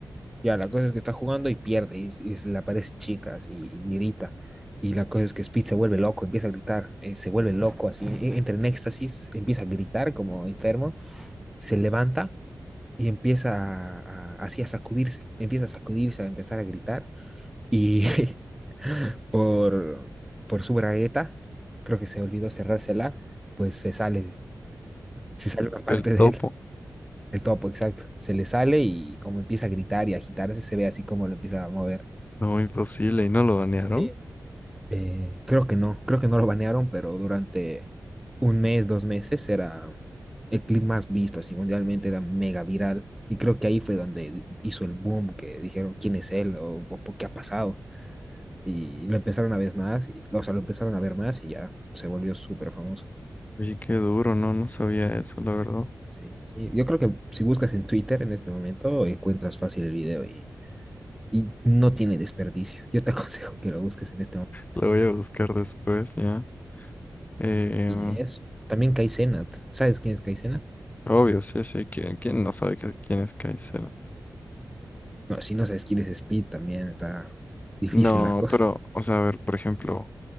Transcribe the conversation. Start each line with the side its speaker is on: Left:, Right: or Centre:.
Centre: Ya, la cosa es que está jugando y pierde, y, s- y se le aparece chicas y, y grita. Y la cosa es que Speed se vuelve loco, empieza a gritar, eh, se vuelve loco, así, e- entra en éxtasis, empieza a gritar como enfermo, se levanta y empieza a, a- así a sacudirse, empieza a sacudirse, a empezar a gritar. Y <laughs> por, por su bragueta, creo que se olvidó cerrársela, pues se sale, se sale una parte
Left: El topo.
Centre: de él, el topo, exacto. Se le sale y como empieza a gritar y a agitarse, se ve así como lo empieza a mover.
Left: No, imposible. ¿Y no lo banearon?
Centre: sí Eh, creo que no, creo que no lo banearon, pero durante un mes, dos meses era el clip más visto, así mundialmente era mega viral. Y creo que ahí fue donde hizo el boom, que dijeron quién es él o, o por qué ha pasado. Y lo empezaron a ver más, y, o sea, lo empezaron a ver más y ya se volvió súper famoso.
Left: Oye, qué duro, no, no sabía eso, la verdad.
Centre: Sí, sí. Yo creo que si buscas en Twitter en este momento, encuentras fácil el video y, y no tiene desperdicio. Yo te <laughs> aconsejo que lo busques en este momento.
Left: Lo voy a buscar después, ya. Eh,
Centre: Y eso. También Kai Cenat. ¿Sabes quién es Kai Cenat?
Left: obvio, sí, sí. ¿Quién, quién no sabe que- quién es Kaiser?
Centre: No, si no sabes quién es Speed, también está difícil
Left: No,
Centre: la cosa.
Left: pero, o sea, a ver, por ejemplo.